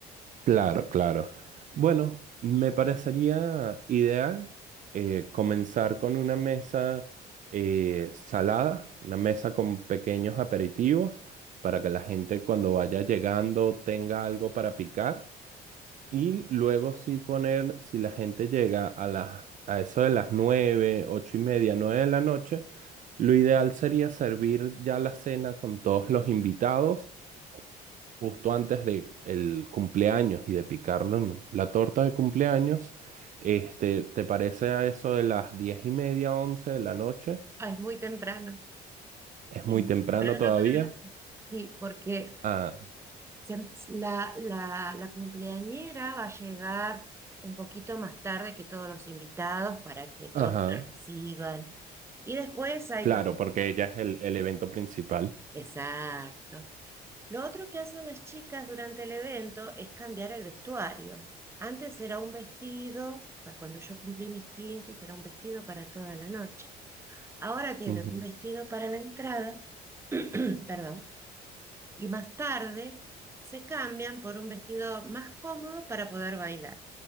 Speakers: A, on the right; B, on the right.
A: Claro, claro. Bueno, me parecería ideal eh, comenzar con una mesa eh, salada, una mesa con pequeños aperitivos para que la gente cuando vaya llegando tenga algo para picar y luego sí poner, si la gente llega a las, a eso de las nueve, ocho y media, nueve de la noche, lo ideal sería servir ya la cena con todos los invitados justo antes de el cumpleaños y de picarlo en la torta de cumpleaños, este, ¿te parece a eso de las diez y media, once de la noche?
B: Ah, es muy temprano.
A: ¿Es
B: Sí,
A: muy
B: muy
A: temprano
B: temprano
A: todavía?
B: para la- Sí, porque
A: Ah,
B: se- la, la, la cumpleañera va a llegar un poquito más tarde que todos los invitados para que todos
A: ajá,
B: reciban. Y después hay
A: claro,
B: todo.
A: porque ya es el, el evento principal.
B: Exacto. Lo otro que hacen las chicas durante el evento es cambiar el vestuario. Antes era un vestido, para cuando yo cumplí mis 15 era un vestido para toda la noche. Ahora tienen
A: Ujú.
B: un vestido para la entrada, <clears throat> perdón, y más tarde se cambian por un vestido más cómodo para poder bailar.